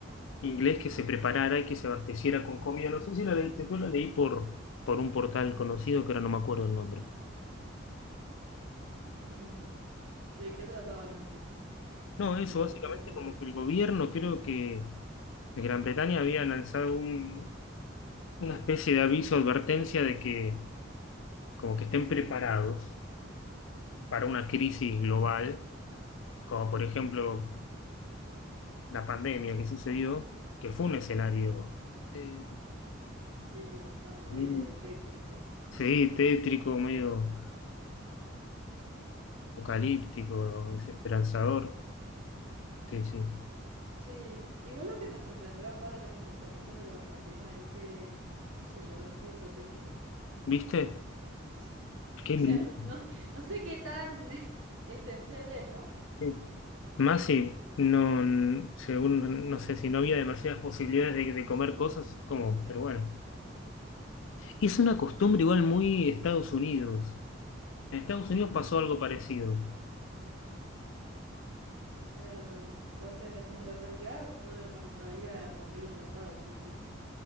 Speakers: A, on the left (about 70°); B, on the right (about 85°).
A: inglés que se preparara y que se abasteciera con comida. No sé si la leíste, yo la leí por, por un portal conocido que ahora no me acuerdo el nombre.
B: Mm, ¿De qué trataba la noticia?
A: No,
B: Que
A: eso
B: se abasteciera
A: básicamente
B: ¿por
A: como
B: qué?
A: que el gobierno, creo que de Gran Bretaña había lanzado un- una especie de aviso, advertencia de que como que estén preparados para una crisis global, como por ejemplo la pandemia que sucedió, que fue un escenario eh,
B: sí, bastante
A: y-
B: tétrico.
A: sí, tétrico, medio apocalíptico, desesperanzador. Sí, sí.
B: Sí, igual lo que me sorprendió acá de los comportamientos de los argentinos es que se llevaron todo el papel higiénico.
A: ¿Viste?
B: <laughs>
A: Qué
B: O sea, o sea,
A: miedo.
B: no, no, no sé qué tan <laughs> esencial es, ¿no?
A: qué- Más si no, n- según, no sé, si no había demasiadas posibilidades de, de comer cosas, como, pero bueno. Es una costumbre igual muy Estados Unidos. En Estados Unidos pasó algo parecido.
B: O sea, o sea, la- como la prioridad, yo compraría comida enlatada, sí o sí.